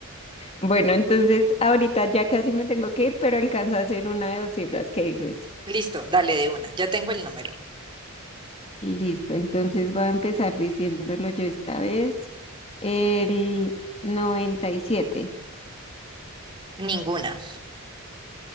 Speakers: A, on the left; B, on the right.
A: Bueno, entonces ahorita ya casi me tengo que ir, pero alcanzo a hacer una de dos cifras, ¿qué dices?
B: Listo, dale de una. Ya tengo el número.
A: Listo, entonces voy a empezar diciéndolo yo esta vez. El noventa y siete.
B: Ninguna.